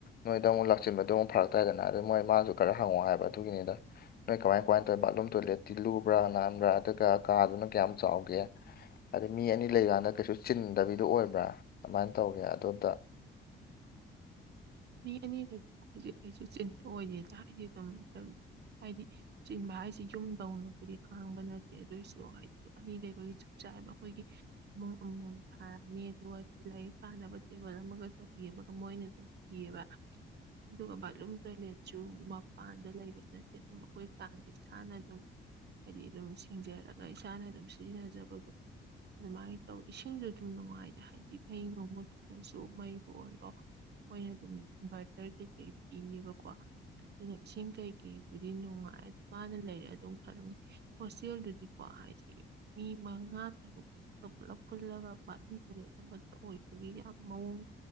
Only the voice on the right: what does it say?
ꯃꯤ ꯑꯅꯤꯗ ꯐꯩꯖꯤꯛ ꯐꯩꯖꯤ ꯆꯤꯟꯕ ꯑꯣꯏꯗꯦꯗ ꯑꯩꯗꯤ ꯑꯗꯨꯝ ꯇꯧꯏ ꯍꯥꯏꯗꯤ ꯆꯤꯟꯕ ꯍꯥꯏꯁꯤ ꯌꯨꯝꯗꯧꯅꯕꯨꯗꯤ ꯈꯥꯡꯕ ꯅꯠꯇꯦ ꯑꯗꯨꯏꯁꯨ ꯍꯥꯏꯗꯤ ꯑꯅꯤ ꯂꯩꯕꯒꯤ ꯆꯨꯞ ꯆꯥꯏꯌꯦꯕ ꯑꯈꯣꯏꯒꯤ ꯃꯝ ꯑꯃꯃꯝ ꯊꯥꯔꯛꯅꯤ ꯑꯗꯨꯒ ꯂꯥꯏꯔꯤꯛ ꯄꯥꯅꯕ ꯇꯦꯕꯜ ꯑꯃꯒ ꯆꯧꯀꯤ ꯑꯃꯒ ꯃꯣꯏꯅ ꯗꯨꯝ ꯌꯦꯕ ꯑꯗꯨꯒ ꯕꯥꯠꯂꯨꯝ ꯇꯣꯏꯂꯦꯠꯁꯨ ꯃꯄꯥꯟꯗ ꯂꯩꯕ ꯅꯠꯇꯦ ꯑꯗꯨꯝ ꯑꯈꯣꯏ ꯀꯥꯒꯤ ꯏꯁꯥꯅ ꯑꯗꯨꯝ ꯍꯥꯏꯗꯤ ꯑꯗꯨꯝ ꯁꯤꯡꯖꯔꯒ ꯏꯁꯥꯅ ꯑꯗꯨꯝ ꯁꯤꯖꯤꯟꯅꯖꯕ ꯒꯨ ꯑꯗꯨꯃꯥꯏꯅ ꯇꯧ ꯏꯁꯤꯡꯁꯨ ꯑꯗꯨꯝ ꯅꯨꯡꯉꯥꯏꯇ ꯍꯥꯏꯗꯤ ꯐꯩꯅꯩꯅꯣ ꯃꯨꯠꯈ꯭ꯔꯁꯨ ꯃꯩꯕꯨ ꯑꯣꯏꯔꯣ ꯃꯣꯏꯅ ꯑꯗꯨꯝ ꯏꯟꯚꯔꯇꯔ ꯀꯩꯁ ꯄꯤꯌꯦꯕꯀꯣ ꯑꯗꯨꯅ ꯏꯁꯤꯡ ꯀꯩꯀꯩꯕꯨꯗꯤ ꯅꯨꯡꯉꯥꯏ ꯃꯥꯅ ꯂꯩꯔꯦ ꯑꯗꯨꯝ ꯈꯜꯂꯝꯅꯤ ꯍꯣꯁꯇꯦꯜꯗꯨꯗꯤꯀꯣ ꯍꯥꯏꯁ ꯃꯤ ꯃꯉꯥ ꯇꯔꯨꯛ ꯄꯨꯂꯞ ꯄꯨꯜꯂꯒ ꯕꯥꯂ ꯑꯃꯠꯇ ꯑꯣꯏꯕꯒꯤ ꯌꯥꯝ ꯃꯑꯣꯡ